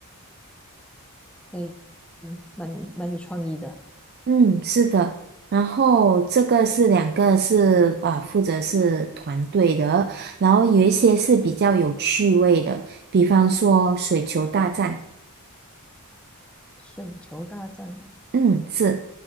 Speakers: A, in the centre; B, on the right.
A: 可以，嗯，蛮蛮有创意的。
B: 嗯，是的，然后这个是两个是啊、呃负责是团队的，然后有一些是比较有趣味的，比方说水球大战，
A: 水球大战，
B: 嗯，是。